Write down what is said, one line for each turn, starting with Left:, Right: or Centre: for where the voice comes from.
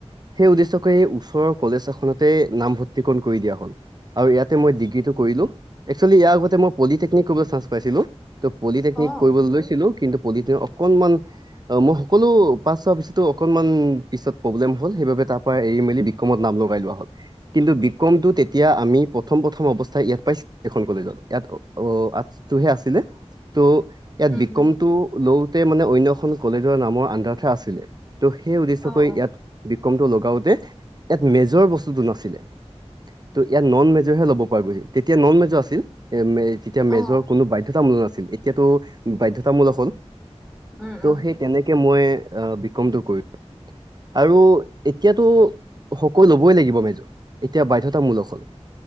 Right: সেই উদ্দেশ্যে কৰি, এই ওচৰৰ কলেজ এখনতে নামভৰ্তিকণ কৰি দিয়া হ'ল। আৰু ইয়াতে মই ডিগ্ৰীটো কৰিলো, একচুৱেলি ইয়াৰ আগতে মই পলিটেকনিক কৰিবলৈ চান্স পাইছিলো ত' পলিটেকনিক
Centre: অ
Right: কৰিবলৈ লৈছিলো কিন্তু বডিটোয়ে অকণমান, মোৰ সকলো পাছচাভিচটো অকণমান পিছত প্ৰবলেম হ'ল সেই বাবে তাৰ পৰা এৰি মেলি বিক্ৰমত নাম লগাই লোৱা হ'ল, কিন্তু বিক্ৰমটো তেতিয়া আমি প্ৰথম প্ৰথম অৱস্থাই ইয়াত পাইছিলো, এইখন কলেজত ইয়াত অ' আৰ্টচটো হে আছিলে, ত' ইয়াত
Centre: উম
Right: বিক্ৰমটো
Centre: উম
Right: লওতে মানে অন্য এখন কলেজৰ নামৰ আন্দাৰতহে আছিলে। ত' সেই উদ্দেশ্যকৈ
Centre: অ অ
Right: ইয়াত বিক্ৰমটো ললো লওতে, ইয়াত মেজৰ বস্তটো নাছিলে, ত ইয়াত নন মে জৰ হে ল'ব পৰা গৈছিল, তেতিয়া নন মেজ আছিল এম এ তেতিয়া মেজৰ
Centre: অ
Right: কোনো বাধ্যতামূল নাছিল। এতিয়াতটো বাধ্যতামূলক হ'ল,
Centre: উম
Right: ত'
Centre: উম
Right: সেই তেনেকে মই অহ' বিক্ৰম টো কৰিলো। আৰু এতিয়াতো, সকলো ল'ব ই লাগিব মেজৰ এতিয়া বাধ্যয়তামূলক হ'ল।